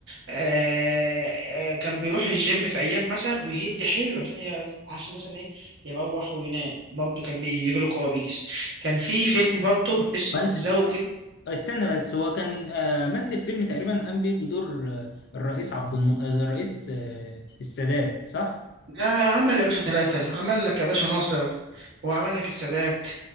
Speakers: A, on the right; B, on the left.
A: آه آه كان بيروح الجيم في أيام مثلا ويهد حيله عشان ي... عشان مثلا إيه يروح وينام برضه كان بيجيله كوابيس كان في فيلم برضه اسمه
B: وانا
A: زوجة
B: استنى بس هو كان آه، مثل فيلم تقريبا قام بيه بدور آه، الرئيس عبد الن... آه، الرئيس آه، السادات صح؟
A: لا عمل يا باشا ثلاثة عمل لك يا باشا ناصر وعمل لك السادات